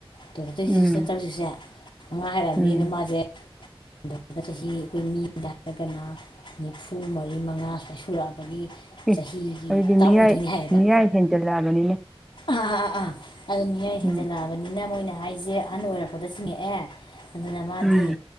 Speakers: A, on the left; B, in the centre.
A: ꯇꯨ ꯊꯥꯎꯖꯟ ꯇ꯭ꯋꯦꯟꯇꯤ
B: ꯎꯝ
A: ꯁꯤꯛꯁ ꯅꯠꯇ꯭ꯔ ꯍꯧꯖꯤꯛꯁꯦ ꯃꯉꯥ ꯍꯥꯏꯔꯛꯑꯕꯅꯤꯅ
B: ꯎꯝ
A: ꯃꯥꯁꯦ ꯑꯗꯨꯒ ꯆꯍꯤ ꯑꯩꯈꯣꯏ ꯃꯤꯗ ꯍꯥꯏꯔꯒꯅ ꯅꯤꯐꯨ ꯃꯔꯤ ꯃꯉꯥ ꯁ꯭ꯋꯥꯢ ꯁꯨꯔꯛꯑꯕꯒꯤ
B: ꯑꯦ
A: ꯆꯍꯤꯒꯤ
B: ꯑꯗꯨꯗꯤ
A: ꯃꯇꯥꯡ
B: ꯃꯤꯌꯥꯏ
A: ꯑꯣꯏꯗꯣꯏꯅꯤ ꯍꯥꯏꯌꯦꯕ
B: ꯃꯤꯌꯥꯏ ꯍꯦꯟꯖꯜꯂꯛꯑꯕꯅꯤꯅꯦ
A: ꯑꯥ ꯑꯥ ꯑꯥ ꯑꯥ ꯑꯗꯨꯗꯣ ꯃꯤꯌꯥꯏ
B: ꯎꯝ
A: ꯍꯦꯟꯖꯜꯂꯛꯑꯕꯅꯤꯅ ꯃꯣꯏꯅ ꯍꯥꯏꯁꯦ ꯑꯍꯟ ꯑꯣꯏꯔꯛꯄꯗ ꯆꯤꯡꯉꯛꯑꯦ ꯑꯗꯨꯅ ꯃꯥꯗꯤ
B: ꯎꯝ